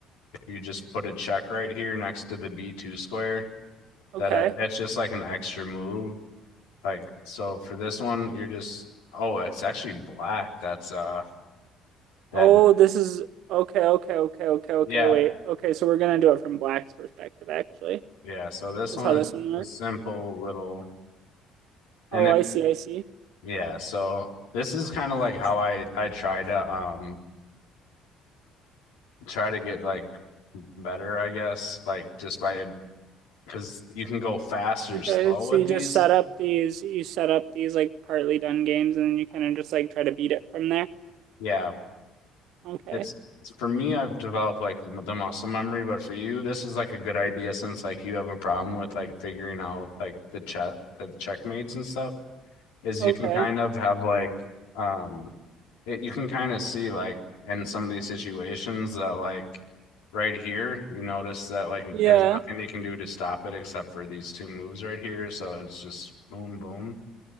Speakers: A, on the left; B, on the right.
A: if you just put a check right here next to the B2 square,
B: Okay.
A: that uh, that's just like an extra move. Like so for this one, you're just oh, it's actually black. That's uh that
B: Oh, this is okay, okay, okay, okay, okay,
A: yeah
B: wait. Okay, so we're gonna do it from black's perspective actually.
A: yeah. So this
B: That's
A: one
B: how
A: is
B: this one works.
A: a simple little and
B: Oh,
A: if
B: I see, I see.
A: yeah. So this is kind of like how I I try to um. try to get like better, I guess, like just by because you can go fast or
B: Okay,
A: slow
B: so
A: with
B: you
A: these.
B: just set up these, you set up these like partly done games and then you kind of just like try to beat it from there.
A: Yeah,
B: Okay.
A: it's it's- for me, I've developed like m- the muscle memory, but for you, this is like a good idea since like you have a problem with like figuring out like the check the checkmates and stuff. is
B: Okay.
A: you can kind of have like um it, you can kind of see like in some of these situations that like right here you notice that like
B: Yeah.
A: there's nothing they can do to stop it except for these two moves right here so it's just boom boom